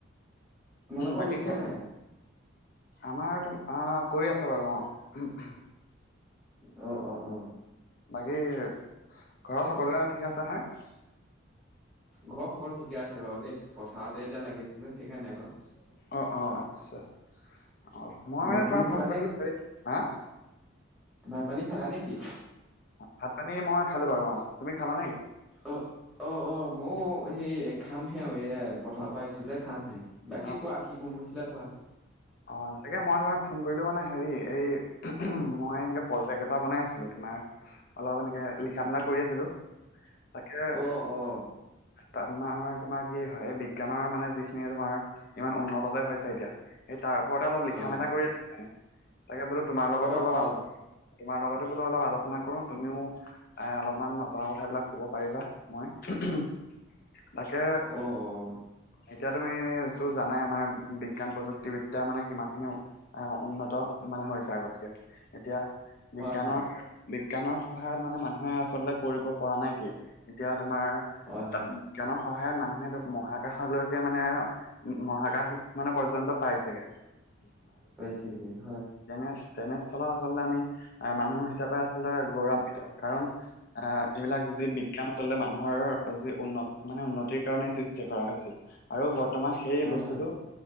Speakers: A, in the centre; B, on the left.
A: তোমালোকৰ
B: বাকী
A: ৰুইছে
B: ঘৰ
A: নাই
B: আমাৰ তোম অ কৰি আছা বাৰু অঁ।
A: অ, অ, অ।
B: বাকী ঘৰত সকলোৱে ঠিকে আছে নহয়?
A: ঘৰৰ সকলো ঠিকে আছে বাৰু দেই, পথাৰতে এতিয়া লাগি আছো যে সেইকাৰণে আকৌ।
B: অঁ অঁ আচ্ছা অঁ মই মানে
A: ভাত পানী
B: তোমাক
A: খালা
B: ফোন কৰিলোঁ, হা?
A: ভাত-পানী খালা নেকি?
B: অ ভাত-পানী মই খালো বাৰু অ, তুমি খালা নেকি?
A: অ অ অ ময়ো সেই খামহে, এই পথাৰ পৰা আহিছো যে খামহে। বাকী
B: অ
A: কোৱা কি কম কৈছিলা কোৱা?
B: অ তাকে মই তোমাৰ ফোন কৰিলো মানে হেৰি, এই মই এনেকে প্ৰজেক্ট এটা বনাই আছিলো তোমাৰ অলপ এনেকে লিখা মেলা কৰি আছিলো, তাকে
A: অ অ
B: তাৰ আমাৰ তোমাৰ কি হয়, বিজ্ঞানৰ মানে যিখিনি তোমাৰ ইমান উন্নত যে হৈছে এতিয়া সেই তাৰ ওপৰতে অলপ লিখা-মেলা
A: অ
B: কৰি আছিল মানে, তাকে বোলো তোমাৰ লগতো
A: অ',
B: অলপ আলো
A: অ',
B: তোমাৰ লগতো বোলো অলপ আলোচনা কৰো, তুমিও এ অলপমান নজনা কথাবিলাক কব পাৰিবা মই তাকে
A: অ', অ',
B: এতিয়া তুমি টো এনে জানাই, আমাৰ বিজ্ঞান প্ৰযুক্তি এতিয়া মানে কিমান খিনি উন্নত মানে হৈছে আগতকে, এতিয়া বিজ্ঞানৰ
A: হয়, হয়,
B: বিজ্ঞানৰ সহায়ত মানে মানুহে আচলতে কৰিব পৰা নাই কি? এতিয়া তোমাৰ
A: হয়, হয়,
B: বিজ্ঞানৰ সহায়ত মানুহে মহাকাশলৈকে মানে, উ মহাকাশ মানে পৰ্যন্ত পাইচেগে।
A: পাইছেগে হয়।
B: তেনে তেনেস্থলত আচলতে আমি আহ মানুহ হিচাপে আচলতে গৌৰৱান্বিত। কাৰণ আহ এইবিলাক যি বিজ্ঞান আচলতে মানুহৰ, যি উন্ন মানে উন্নতিৰ কাৰণেই সৃষ্টি কৰা হৈছিল। আৰু বৰ্তমান সেই
A: হা,
B: বস্তুটো
A: হা।